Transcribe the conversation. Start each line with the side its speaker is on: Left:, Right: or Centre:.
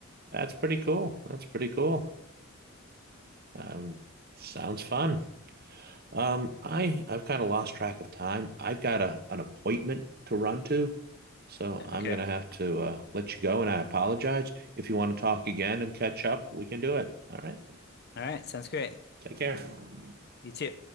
Right: That's pretty cool. That's pretty cool. Um, sounds fun. Um, I I've kind of lost track of time. I've got a an appointment to run to, so I'm
Left: Okay.
Right: gonna have to uh, let you go. And I apologize if you want to talk again and catch up. We can do it. All right.
Left: All right, sounds great.
Right: Take care.
Left: You too.